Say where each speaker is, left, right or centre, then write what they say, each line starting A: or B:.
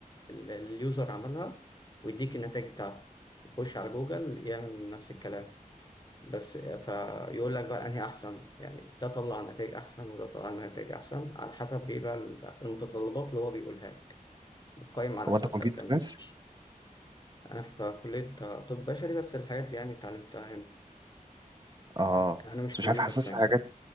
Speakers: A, on the left; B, on the right.
A: اليوزر عملها ويديك النتائج بتاعته يخش على جوجل يعمل نفس الكلام بس فيقول لك بقى انهي احسن يعني ده طلع نتائج احسن وده طلع نتائج احسن على حسب ايه بقى المتطلبات اللي هو بيقولها لك. قايم على
B: هو
A: أساسها
B: انت كمبيوتر
A: الكلام
B: ساينس
A: ده أنا في كلية آه، طب بشري بس الحاجات دي يعني اتعلمتها هنا
B: اه
A: أنا مش
B: بس مش
A: كمبيوتر
B: عارف حاسسها
A: ساينس
B: حاجات
A: يعني،